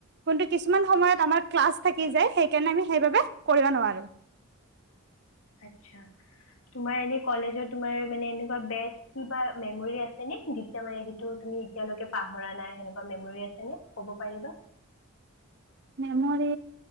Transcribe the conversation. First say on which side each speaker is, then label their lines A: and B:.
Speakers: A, on the right; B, on the left.
A: কিন্তু কিছুমান সময়ত আমাৰ ক্লাছ থাকি যায় সেইকাৰণে আমি সেইবাবে কৰিব নোৱাৰোঁ।
B: আটছা তোমাৰ এনে কলেজৰ তোমাৰ মানে এনেকুৱা বে। কিবা মেমৰি আছেনে যেতিয়া মে সেইটো তুমি এতিয়ালৈকে পাহৰা নাই সেনেকুৱা মেমৰি আছে নে? ক'ব পাৰিবা।
A: মেমৰি